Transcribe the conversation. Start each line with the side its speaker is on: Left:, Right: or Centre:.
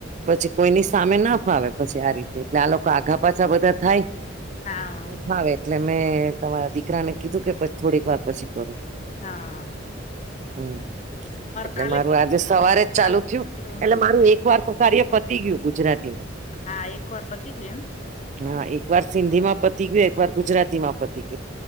Right: પછી કોઈની સામે ના ફાવે પછી આ રીતે ત આ લોકો આઘા પાછા બધા થાય.
Left: હા
Right: ફાવે એટલે મેં તમારા દીકરાને કીધું કે પ થોડીક વાર પછી ફોન કરે
Left: તાય
Right: હુય એટલે
Left: કાલે
Right: મારું આજે સવારે જ ચાલુ
Left: કાલે
Right: થયું
Left: કીધું.
Right: એટલે મારું એક વાર તો કાર્ય પત થય ગયું ગુજરાતી માં
Left: આ એક વાર પતી ગયા
Right: હા એકવાર હિન્દીમાં પતી ગયું એક વાર ગુજરાતી માં પતી ગયું